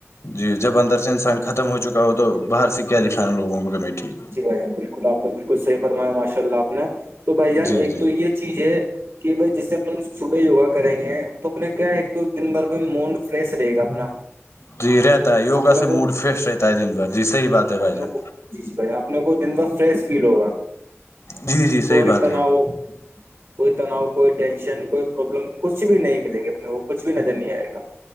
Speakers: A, on the left; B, on the right.
A: جی جب اندر سے انسان ختم ہو چکا ہو تو باہر سے کیا دکھانا لوگوں کو کہ میں ٹھیک ہوں
B: جی بھائی جان بالکل آ کو بالکل صحیح فرمایا ماشاء اللہ آپ نے تو بھائی جان
A: جی
B: ایک
A: جی
B: تو یہ چیز ہے کہ بھائی جس سے ہم صبح یوگا کریں گے تو اپنے کیا ہے ایک تو دن بھر میں موڈ فریش رہے گا اپنا
A: جی رہتا ہے یوگا
B: اپنے
A: سے
B: کو
A: موڈ فریش رہتا ہے دن بھر جی صحیح بات ہے بھائی
B: اپنے
A: جان
B: کو جی جی اپنے کو دن بہ فریش فیل ہوگا
A: جی جی صحیح
B: کوئی
A: بات
B: تناؤ
A: ہے
B: کوئی تناؤ کوئی ٹینشن کوئی پرابلم کچھ بھی نہیں ملے گی اپ کو کچھ بھی نظر نہیں آئے گا